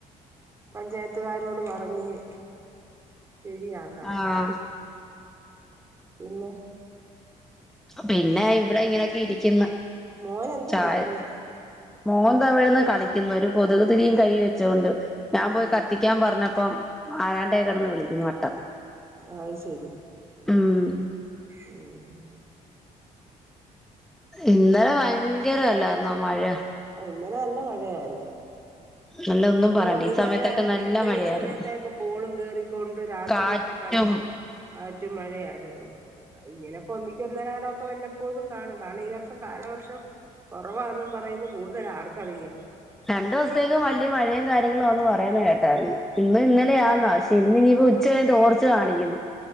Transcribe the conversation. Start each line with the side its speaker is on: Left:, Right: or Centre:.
Right: പഞ്ചായത്തുകാരോട് പറഞ്ഞ ഞ്ഞ് ശരിയാക്കണം
Centre: ആഹ്
Right: പിന്നെ
Centre: പിന്നെ ഇവിടെ ഇങ്ങനെ ഇരിക്കുന്ന്
Right: മോന് എന്ത്
Centre: ചായ
Right: കൊടുക്കുന്നു
Centre: മോൻ ദാ യഇവിടെയിരുന്നു കളിക്കുന്നു ഒരു കൊതുക് തിരിയും കയ്യി വെച്ചോണ്ട് ഞാൻ പോയി
Right: ഉം
Centre: കത്തിക്കാൻ പറഞ്ഞ ഇപ്പം ആരാണ്ടേ കിടന്ന് വിളിക്കുന്നു വട്ടം
Right: ആ അത് ശരി
Centre: ഉം
Right: ഉം
Centre: ഇന്നലെ ഭയങ്കരം അല്ലായിരുന്നോ മഴ
Right: ആ ഇന്നനെ നല്ല മഴയായിരുന്നു
Centre: നല്ല ഒന്നും
Right: ഇന്നല്ല
Centre: പറയണ്ട
Right: വൈകുന്നേര
Centre: ഈ സമയത്തൊക്കെ
Right: ആയപ്പോ
Centre: നല്ല
Right: ഇന്നലെ
Centre: മഴയായിരുന്നു
Right: ഈ സമയോക്കെ ആയപ്പോ കോളും കേറിക്കൊണ്ട് രാത്രിയിലൊക്കെ
Centre: കാറ്റും
Right: നല്ല കാറ്റും മഴയായിരുന്നു ഇങ്ങനെ കൊന്നിക്ക്‌ ഒന്നരാടമൊക്കെ വല്ലപ്പോഴും കാണും കാരണം ഈ വർഷം കാലവർഷം കുറവാന്നും പറയുന്നു കൂടുതലാ ആർക്കറിയാം
Centre: രണ്ടു ദിവസത്തേക്കു വലിയ മഴയും കാര്യങ്ങളുമാന്ന് പറയുന്നത് കേട്ടായിരുന്നു ഇന്നും ഇന്നലെയാന്ന പ ഇന്ന് ഇനിയിപ്പോ ഉച്ചകഴിഞ്ഞ് തോർച്ച കാണിക്കുന്ന്